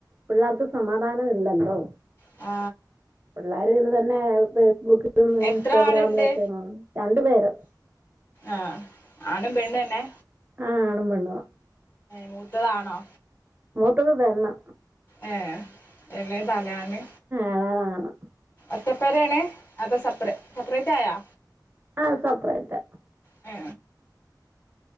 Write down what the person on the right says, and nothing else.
പിള്ളേർക്ക് സമാധാനം ഇല്ലല്ലോ
പിള്ളേരും ഇത് തന്നെ ഫേസ്ബുക്ക് ത
ഇൻസ്റ്റാഗ്രാമിലൊക്കെ
രണ്ടു പേര്
ആണും പെണ്ണും വ
മൂത്തത് പെണ്ണ്
ഇളയതാണ്
ആഹ് സെപ്പറേറ്റാ